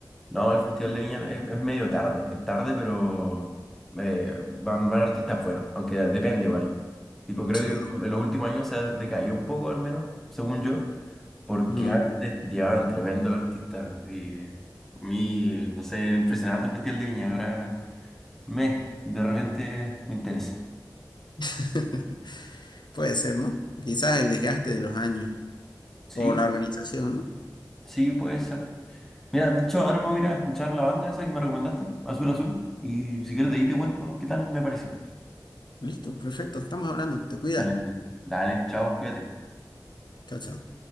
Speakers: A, in the centre; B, on the left.
A: no, el Festival de Viña es, es medio tarde, es tarde, pero eh, van, van artistas buenos, aunque depende igual. Tipo, creo
B: sí.
A: que en los últimos años se ha decaído un poco, al menos, según yo Porque
B: Ujú.
A: antes llevaban tremendos artistas y a mí, no sé, era impresionante el Festival de Viña, ahora me, de repente me interesa.
B: <laughs> Puede ser, ¿no? Quizás el desgaste de los años
A: Sí,
B: o la organización, ¿no?
A: sí, puede ser. Mira, de hecho, ahora me voy a ir a escuchar la banda esa que me recomendaste, Azul Azul, y si quieres de ahí te cuento qué tal me pareció.
B: Listo, perfecto. Estamos hablando. Te cuida.
A: Dale, Felipe. dale, chao, cuídate.
B: Chao, chao.